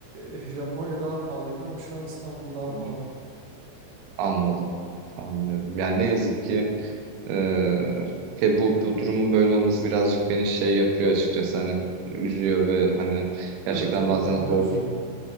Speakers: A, on the right; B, on the right.
A: e, <laughs> Japonya daha pahalıydı ama şu an İstanbul daha pahalı.
B: Hı hı. Anladım, anlıyorum. Yani ne yazık ki eee, he bu, bu durumun böyle olması birazcık beni şey yapıyor açıkçası. Hani üzüyor ve hani gerçekten
A: Tabii tabii
B: bazen
A: beni
B: zor
A: de üzüyor.